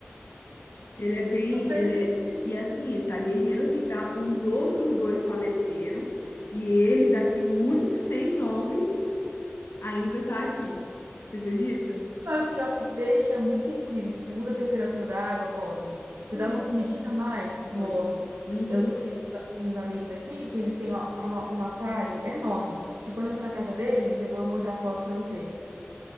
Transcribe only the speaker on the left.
Ele é bem,
ele
é, e assim, ele tá guerreiro aqui, tá? Os outros dois faleceram, e ele daqui, o único sem nome, ainda tá aqui. Você acredita?
Muda
Foi. Uhum,